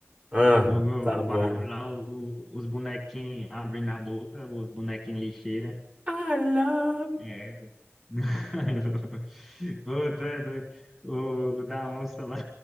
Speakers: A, on the right; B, in the centre.
A: Ah,
B: O, o
A: tá bom.
B: barulho lá, o- os bonequinhos abrindo a boca, os bonequinhos lixeira.
A: I love.
B: É, pô. <laughs> Pô, tu é doido. O, o da onça lá.